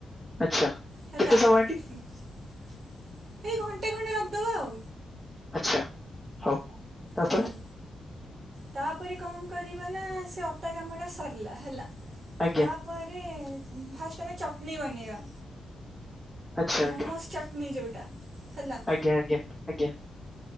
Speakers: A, in the centre; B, on the right.
A: ଆଚ୍ଛା।
B: ହେଲା
A: କେତେ ସମୟ ଆଣ୍ଟି
B: ଏଇ ଘଣ୍ଟେ ଖଣ୍ଟେ ରଖିଦବା ଆଉ।
A: ଆଚ୍ଛା ହଉ ତାପରେ
B: ହୁଁ ତାପରେ କଣ କରିବାନା ସେ ଅଟାକାମଟା ସରିଲା ହେଲା
A: ଆଜ୍ଞା
B: ତା ପରେ ଫାଷ୍ଟ ଆମେ ଚଟନି ବନେଇବା
A: ଆଚ୍ଛା ଆଣ୍ଟି
B: ମୋମସ ଚଟ ଚଟିନ ଯୋଉଟା ହେଲା।
A: ଆଜ୍ଞା ଆଜ୍ଞା ଆଜ୍ଞା।